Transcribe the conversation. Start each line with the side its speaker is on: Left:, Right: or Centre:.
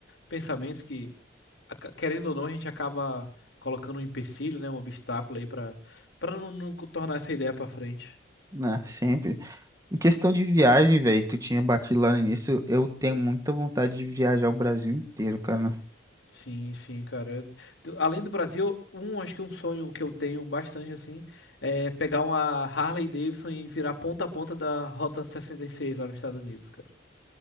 Left: pensamentos que, aca- querendo ou não, a gente acaba colocando um empecilho, né? Um obstáculo aí pra para não, não tornar essa ideia pra frente.
Right: Né, sempre. Em questão de viagem, velho, tu tinha batido lá no início, eu tenho muita vontade de viajar o Brasil inteiro, cara.
Left: Sim, sim, cara. Eu- tu- Além do Brasil, um, acho que um sonho que eu tenho bastante, assim, é pegar uma Harley Davidson e virar ponta a ponta da Rota 66 lá nos Estados Unidos, cara.